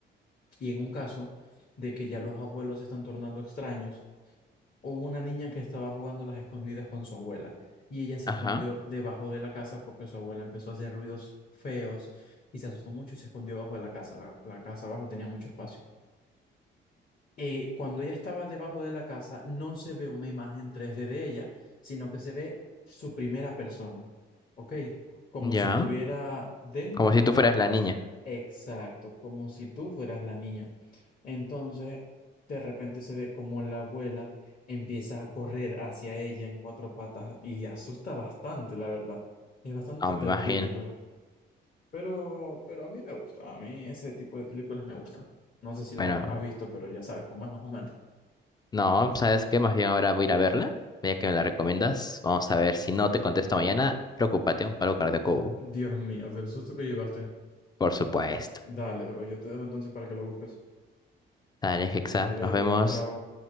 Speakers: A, on the left; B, on the left.
A: Y en un caso de que ya los abuelos se están tornando extraños, hubo una niña que estaba jugando las escondidas con su abuela y ella se
B: Ajá,
A: escondió debajo de la casa porque su abuela empezó a hacer ruidos feos y se asustó mucho y se escondió bajo de la casa. La, la casa abajo tenía mucho espacio. eh, cuando ella estaba debajo de la casa, no se ve una imagen tres d de ella, sino que se ve su primera persona, ¿ok? Como
B: ya.
A: si estuviera dentro,
B: Como si tú fueras la niña.
A: exacto, como si tú fueras la niña. Entonces, de repente se ve como la abuela empieza a correr hacia ella en cuatro patas y asusta bastante, la verdad. Es bastante
B: No, me
A: terrorífico,
B: imagino.
A: pero, pero a mí me gusta, a mí ese tipo de películas me gusta. No sé si la
B: Bueno,
A: has visto, pero ya sabes cómo es más o menos.
B: No, ¿sabes qué? Más bien ahora voy a ir a verla, ya que me la recomiendas. Vamos a ver, si no te contesto mañana, preocúpate, un paro cardíaco, hubo.
A: Dios mío, del susto que llevaste.
B: por supuesto.
A: Dale, bro, yo te dejo entonces para que lo busques.
B: Dale, Hexa,
A: Dale,
B: nos vemos.
A: chao.